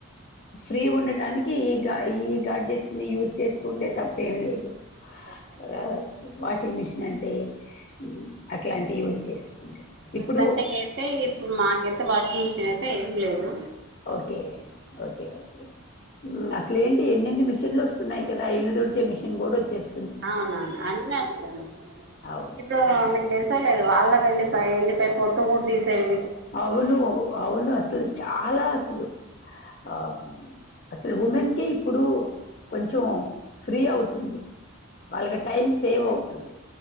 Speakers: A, on the left; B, on the right.
A: ఫ్రీ ఉండటానికి ఈ గా ఈ గాడ్ చే స్ని యూస్ చేస్కుంటే తప్పేమి లేదు
B: తప్పేం
A: ఆ
B: లేదు
A: వాషింగ్ మెషిన్ నంటే ఊ అట్ ఇట్లాంటి యూజ్ చేసుకుంటే
B: ప్రజెంట్కి
A: ఇప్పుడు
B: అయితే ఇప్పుడు మాకైతే మిషిన్ అయితే ఏం లేదు
A: ఓకే ఓకే ఓకే ఊ అసలే ఏంటి ఎన్ని ఎన్ని మిషన్లు వస్తున్నాయి కదా ఇల్లు దుడిచే మిషిన్ కూడా వచ్చేస్
B: అవునవును అన్నస్తున్నాయ్
A: అవును
B: ఇప్పుడు
A: అవును
B: మీకు తెలుసలేదు అళ్ళం ఎళ్ళిపాయ్ ఎళ్ళి య్ పొట్టు కు తీసేది
A: అవును అవును అసలు చాలా అసలు ఆ అసలు ఉమెన్ కి ఇప్పుడు కొంచెం ఫ్రీ అవుతుంది వాళ్ళకి టైం సేవ్ అవుతుంది